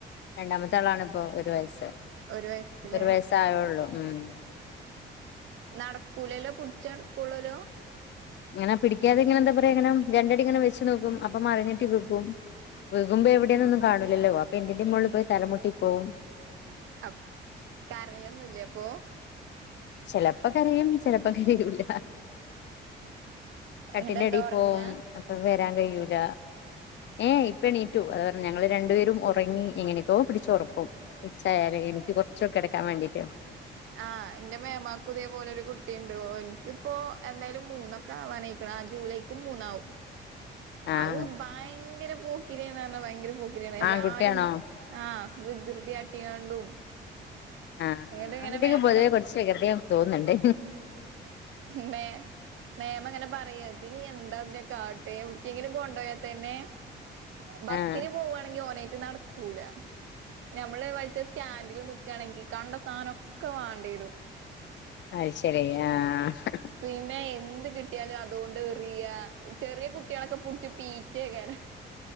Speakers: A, on the left; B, on the right.
A: രണ്ടാമത്തെ ആളാണ് ഇപ്പോ ഒരു വയസ്സ്
B: ഒരു വയസിലേ
A: ഇപ്പൊ ഒരു വയസ്സായുള്ളൂ ഉം
B: നടക്കൂലല്ലോ പിടിച്ചടുക്കൂളല്ലോ
A: ഇങ്ങനെ പിടിക്കാതെ ഇങ്ങനെന്താ പറയാ ഇങ്ങനെ രണ്ടടി ഇങ്ങനെ വെച്ച് നോക്കും അപ്പം മറിഞ്ഞിട്ട് വിക്കും വികുമ്പോ എവിടെയെന്നോന്നും കാണൂലല്ലോ അപ്പൊ എന്തിന്റെ മുകളിൽ പോയി തലമുട്ടി പോവും
B: അ കരയൊന്നുല്ലേ അപ്പൊ
A: ചില പ്പൊ കരയും ചിലപ്പം കരയുല കട്ടിന്റെടി
B: എന്നിട്ട് എന്താ ഉറങ്ങാ
A: പോവും അപ്പ വ വരാൻ കഴിയൂല ഏഹ് ഇപ്പണീറ്റു അത പറഞ്ഞ ഞങ്ങൾ രണ്ടുപേരും ഉറങ്ങി എങ്ങനൊക്കെ പിടിച്ച് ഉറക്കും ഉച്ചായാല എനിക്ക് കുറച്ച് കിടക്കാൻ വേണ്ടീട്ട്
B: ആഹ് എന്റെ മേമാക്കും ഇതേ പോലെ ഒരു കുട്ടിയുണ്ട് ഓനിക്കിപ്പോ എന്തായാലും മൂന്നൊക്കെ ആവാനായിക്കണ ആ ജൂലൈക്ക് മൂന്നാവും
A: ആഹ്
B: അത് ഭയ പോക്കിരി ന്ന് പറഞ്ഞ ഭയങ്കര പോ പോക്കിരിയാണ് എല്ലാരും
A: ആൺകുട്ടിയാണോ
B: ആ വികൃതിയാട്ടിയാണ്ടും
A: ആ
B: എന്നിട്ട് ഇങ്ങനെ
A: ആങ്കുട്ടിക്ക്
B: മേമ
A: പൊതുവെ
B: ഇങ്ങനെ
A: കുറച്ച് വികൃതിയാണ് തോന്ന്ണ്ട്
B: മേം മേം അങ്ങനെ പറയാതിരി എന്ത് എന്താ പിന്നെ കാട്ടെവിടെക്കെൻങ്കിലും കൊണ്ടോയതന്നെ ബസ്സിന്
A: ആഹ്
B: പോവണെങ്കി ഓനായിട്ട് നടക്കൂല നമ്മള് വലിച്ചാ സ്റ്റാൻഡില് <unintelligible> ഇക്കാണെങ്കി കണ്ട സനൊക്കെ വാണ്ടിവരും
A: അയ്ശരി ആഹ്ഹ്
B: പിന്നെ എന്ത് കിട്ടിയാലും അതുകൊണ്ട് എന്ത്‌ ചെറിയ കുട്ടിയോളൊക്കെ പടിച്ച് പീച്ച്‌യേക്കാനെ